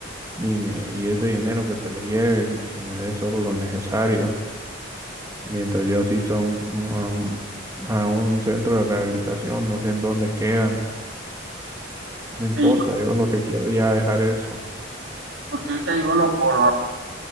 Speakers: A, on the right; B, on the right.
A: y, me, y ese dinero que te lo lleves y que me des solo lo necesario. mientras yo asisto a un, a un, a un centro de rehabilitación, no sé en dónde quedan, no importa,
B: Sí,
A: yo lo que quiero ya dejar esto.
B: usted que hay uno por,